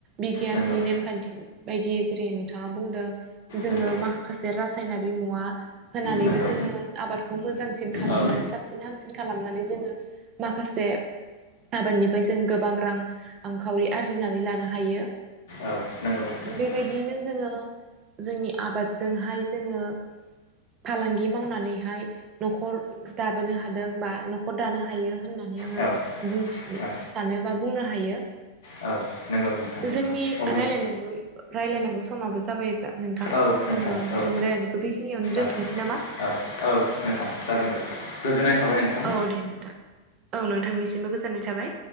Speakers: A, on the right; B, on the left.
A: बिगियाननि
B: नंगौ
A: नेमखान्थि बायदियै जेरै नोंथाङा बुंदों जोङो
B: नंगौ
A: माखासे राज रासायनारि होनानै
B: नंगौ
A: बो जोङो आबखौ मोजांसिन खालामनानै
B: औ
A: साबसिन हामसिन। खालामनानै जोङो माखासे। आबादनिफ्राय जों गोबां रां-खावरि आरजिनानै लानो हायो।
B: औ नंगौ नोंथां नंगौ
A: बेबायदियैनो जोङो जोंनि आबादजोंहाय जोङो। फालांगि मावनानैहाय नखर दाबोनो हादों बा नखर दानो हायो होना नानै आङो
B: औ औ
A: बुंथिनो
B: औ
A: सानो बा बुंनो हायो।
B: औ नंगौ नोंथां नंगौ
A: जोंनि
B: अब्ला
A: रायलायनांगौ रायलायनांगौ समाबो जाबाय नोंथां‌।
B: औ नोंथां
A: जोङो
B: औ
A: जोंनि रायजलायनायखौ बेखिनियावनो दोनथनोसै
B: औ
A: नामा?
B: औ औ नोंथां जागोन दे गोजोननाय थाबाय नोंथां
A: औ दे नोंथां औ नों थां निसिमबो गोजोननाय थाबाय।